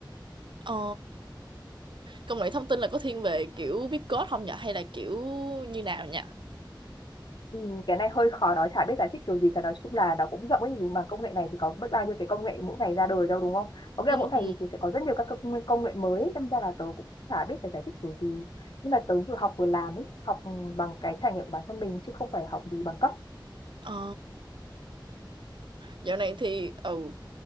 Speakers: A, on the right; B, on the left.
A: Ồ, công nghệ thông tin là có thiên về kiểu viết code không nhở Hay là kiểu như nào nhỉ?
B: Ừ, cái này hơi khó nói chả biết giải thích kiểu gì cả nói chung là nó cũng rộng ấy nhưng mà công nghệ này thì có biết bao nhiêu cái công nghệ mỗi ngày ra đời đâu đúng không có nghĩa
A: Ừ.
B: là mỗi ngày
A: ừ.
B: thì sẽ có rất nhiều các công, công nghệ mới ấy, đâm ra là tớ cũng chả biết phải giải thích kiểu gì nhưng mà tớ vừa học vừa làm ấy học ừ, bằng cái trải nghiệm của bản thân mình chứ không phải học gì bằng cấp
A: Ồ, dạo này thì ừ,